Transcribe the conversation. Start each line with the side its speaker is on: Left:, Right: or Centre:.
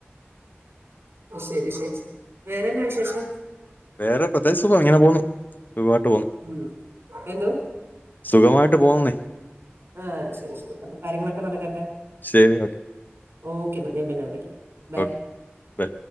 Right: ശരി ശരി വേറെന്താ വിശേഷം
Left: വേറെ പ്രത്യേകിച്ച് ഇങ്ങനെ പോകുന്നു സുഖയിട്ട് പോണു
Right: ഉം എന്തോ
Left: സുഖമായിട്ട് പോവുന്നേ
Right: ആഹ് ശരി ശരി അപ്പൊ കാര്യങ്ങളൊക്കെ നടക്കട്ടെ
Left: ശരി ഓക്കെ
Right: ഓക്കെ എന്നാൽ ഞാൻ പിന്നെ വിളിക്കാം ബൈ
Left: ഓക്കെ ബൈ